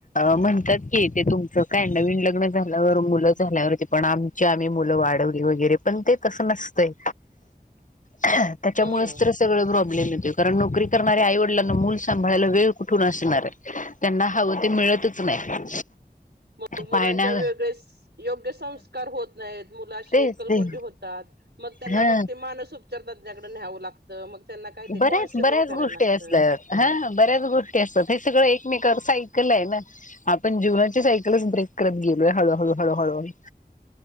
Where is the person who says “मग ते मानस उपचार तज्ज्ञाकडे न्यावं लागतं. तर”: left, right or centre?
Right